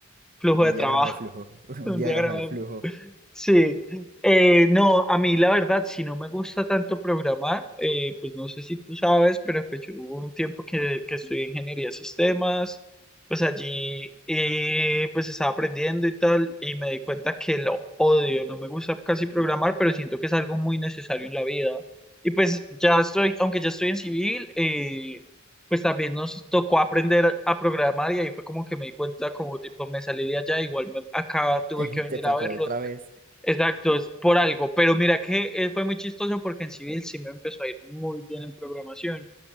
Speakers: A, in the centre; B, on the right (about 40°).
A: flujo
B: un
A: de
B: diagrama
A: trabajo,
B: de flujo,
A: <laughs>
B: <laughs> un
A: un
B: diagrama
A: diagrama
B: de flujo.
A: Sí, eh, no, a mí la verdad, si no me gusta tanto programar, eh, pues no sé si tú sabes, pero pues yo hubo un tiempo que, que estudié ingeniería de sistemas, pues allí eh, pues estaba aprendiendo y tal, y me di cuenta que lo odio, no me gusta casi programar, pero siento que es algo muy necesario en la vida. Y pues ya estoy, aunque ya estoy en civil, eh, pues también nos tocó aprender a programar y ahí fue como que me di cuenta, como tipo, me salí de allá, igual me- acá tuve
B: <laughs>
A: que venir
B: Te tocó
A: a verlo
B: otra vez.
A: Exacto, es por algo, pero mira que eh, fue muy chistoso porque en civil sí me empezó a ir muy bien en programación.